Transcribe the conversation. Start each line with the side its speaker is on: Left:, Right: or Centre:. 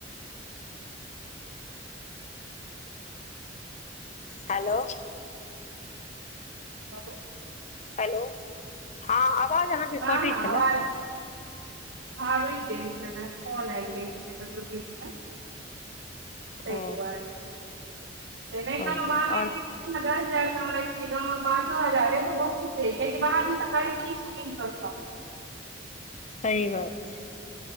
Left: हेलो।
Right: हँ <unintelligible>
Left: हेलो हँ आवाज अहाँके
Right: हँ
Left: कटै
Right: हँ
Left: छलै।
Right: आवाज हँ रुइक गेल छेलै फोन आइब गेल छेलै ककरो बीच में। तैय
Left: ओ
Right: दुआरे से नइ कहलऊं
Left: ओ
Right: बाहर
Left: आओर
Right: के तीन हजार जे अहाँ कमाय छी गाँव में पाँचो हजार अय तऽ बहुत अय कियैकि बाहर में तऽ हर चीज कीन कऽ खाऊ।
Left: सही बात छै।